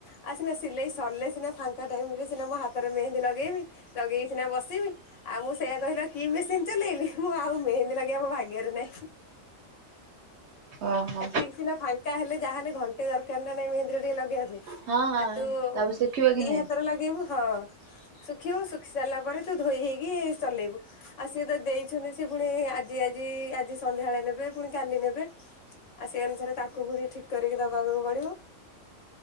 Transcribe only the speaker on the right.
ଓହୋ।
ହଁ ହଁ
ତାପରେ ଶିଖିବ କି
ନାଇଁ?